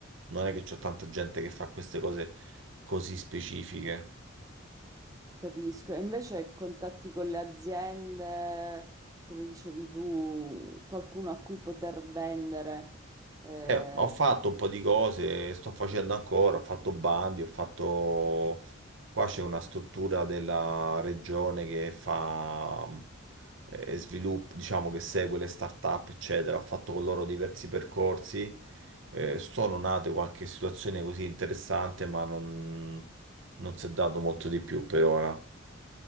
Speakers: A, on the right; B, on the right.
A: non è che c'ho tanta gente che fa queste cose così specifiche.
B: Capisco, e invece contatti con le aziende, come dicevi tu, qualcuno a cui poter vendere. Eh,
A: Eh, ho fatto un po' di cose, sto facendo ancora, ho fatto bandi, ho fatto... Qua c'è una struttura della regione che fa eh, sviluppo, diciamo che segue le start-up, eccetera. Ho fatto con loro diversi percorsi. Eh, sono nate qualche situazione così interessante, ma non, non si è dato molto di più per ora.